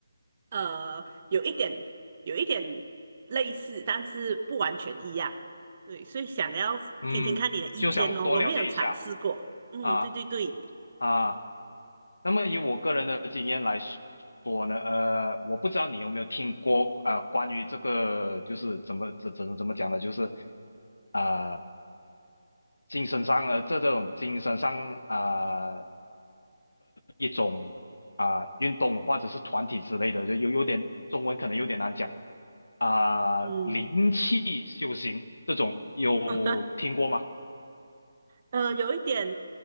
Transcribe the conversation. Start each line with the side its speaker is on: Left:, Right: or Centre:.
Right: 呃有一点有一点类似，但是不完全一样。对，所以想要听听看你的意见哦，
Left: 嗯，就想多了解一下
Right: 我没有尝试过。嗯，
Left: 啊
Right: 对对对，
Left: 啊。那么以我个人的经验来说呢，呃，我不知道你有没有听过啊、呃关于这个就是怎么怎怎怎么讲呢，就是啊、精神上呃这这种精神上啊、一种啊、运动或者是团体之类的，就有有点中文可能有点难讲啊、
Right: 嗯
Left: 灵气修行这种有听过吗？
Right: <laughs> 呃，有一点